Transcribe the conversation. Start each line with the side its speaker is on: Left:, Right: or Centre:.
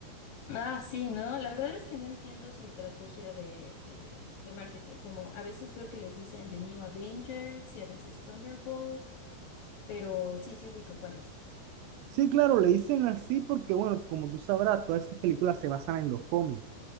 Left: Ah, sí, ¿no? La verdad es que no entiendo su estrategia de, de, de marketing. Como a veces veo que les dicen The New Avengers y a veces Thunderbolt, pero sí, sí ubico cuál es.
Right: Sí, claro, le dicen así porque, bueno, como tú sabrás, todas esas películas se basan en los cómics.